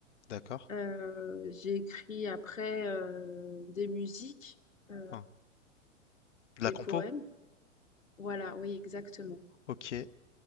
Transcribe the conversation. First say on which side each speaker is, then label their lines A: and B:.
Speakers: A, on the left; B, on the left.
A: d'accord.
B: Euh, j'ai écrit après euh, des musiques, euh,
A: Hein, de la
B: des
A: compo?
B: poèmes. Voilà, oui, exactement.
A: OK,